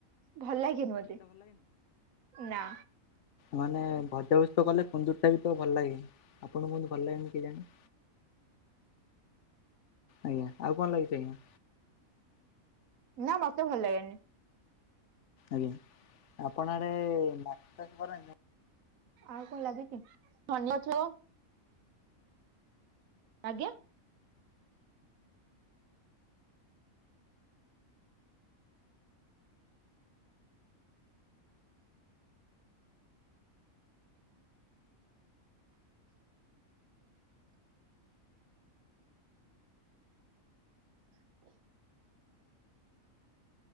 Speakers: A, on the right (about 75°); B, on the left (about 65°).
A: ଭଲ ଲାଗେନି ମତେ ନା।
B: ମାନେ ଭଜାଭଜି ତ କଲେ କୁନ୍ଦୁରିଟା ବି ତ ଭଲ ଲାଗେ, ଆପଣଙ୍କୁୁ କେମିତି ଭଲ ଲାଗେନି କେଜାଣି? ଆଜ୍ଞ ଆଉ କଣ ଲାଗଛି ଆଜ୍ଞା?
A: ନା ମତେ ଭଲ ଲାଗେନି।
B: ଆଜ୍ଞା ଆପଣ ଆଡ଼େ <unintelligible>
A: ଆଉ କଣ ଲାଗିଚି? <unintelligible> ଆଜ୍ଞା। ଆ